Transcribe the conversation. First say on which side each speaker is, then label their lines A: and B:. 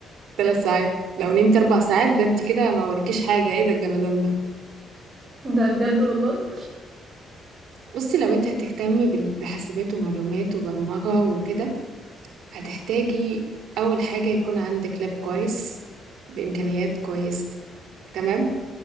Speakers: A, on the right; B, on the right.
A: ثلاث ساعات لو نمت اربع ساعات ده انت كده ما وريكيش حاجة ايه ده الجمدان ده
B: <laughs> ده بجد والله
A: بصي لو انت هتهتمي بال- بحاسبات ومعلومات وبرمجة وكده هتحتاجي أول حاجة يكون عندك لاب كويس بإمكانيات كويسة تمام